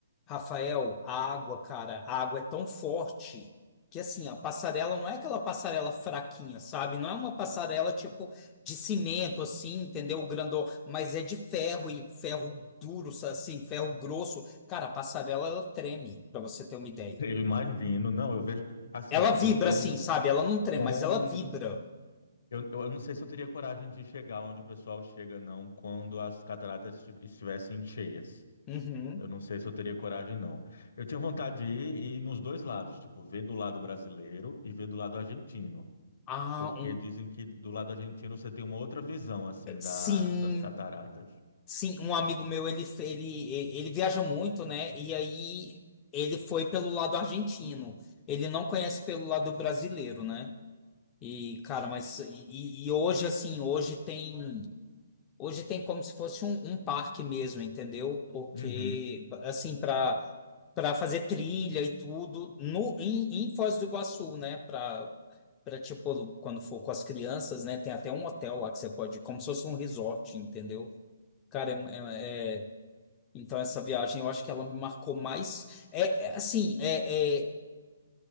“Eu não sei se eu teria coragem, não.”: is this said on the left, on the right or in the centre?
Left